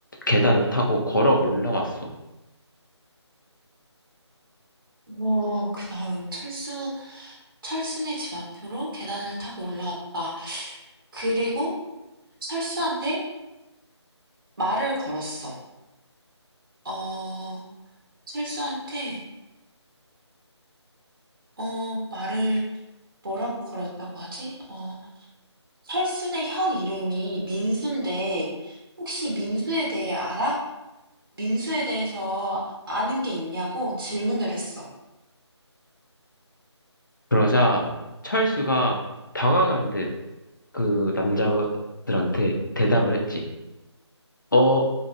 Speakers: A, on the left; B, on the right.
A: 계단을 타고 걸어 올라왔어.
B: 어, 그 다음, 철수, 철수네 집 앞으로 계단을 타고 올라왔다. 그리고 철수한테 말을 걸었어. 어, 철수한테, 어, 말을 뭐라고 걸었다고 하지? 어, 철수네 형 이름이 민수인데, 혹시 민수에 대해 알아? 민수에 대해서 아는 게 있냐고 질문을 했어.
A: 그러자 철수가 당황한 듯 그 남자들한테 대답을 했지. 어,